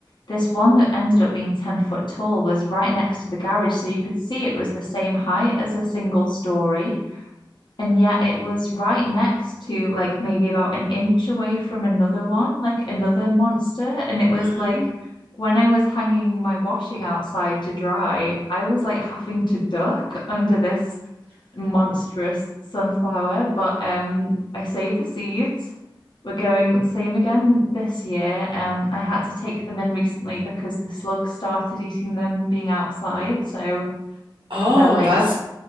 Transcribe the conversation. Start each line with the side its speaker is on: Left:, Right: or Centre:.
Left: this one that ended up being 10 foot tall was right next to the garage. So you could see it was the same height as a single story. And yet it was right next to, like, maybe about an inch away from another one, like another monster. And it was
Right: hmm
Left: like when I was hanging my washing outside to dry, I was like having to duck under this monstrous sunflower. But um, I saved the seeds. We're going same again this year. Um, I had to take them in recently because the slugs started eating them being outside. So
Right: Oh,
Left: they're like,
Right: that's